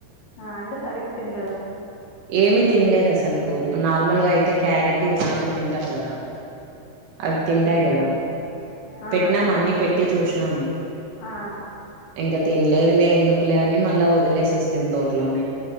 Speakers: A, on the left; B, on the right.
A: ఆ! అంటే సరిగ్గా తినలేదు
B: ఏమి తినలేదు అసలుకు నార్మల్గా అయితే క్యారెట్ ఇట్లాంటివి తింటారు కదా అవి తింటాయి
A: హ్మ్
B: కదా
A: ఆ
B: పెట్టినాము అన్ని పెట్టి చూసినాము
A: ఆ
B: ఇంకా తినలేదు లే ఎందుకులే అని మళ్ళా వదిలేసి వస్తేంది తోటలోనే